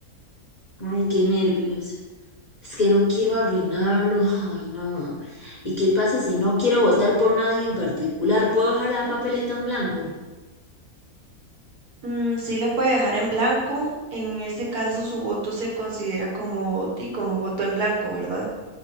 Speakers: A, on the left; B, on the right.
A: Ay, qué nervios. Es que no quiero arruinarlo. Ay, no. ¿Y qué pasa si no quiero votar por nadie en particular? ¿Puedo dejar la papeleta en blanco?
B: Mm, sí la puede dejar en blanco, en ese caso su voto se considera como, di, como voto en blanco, ¿verdad?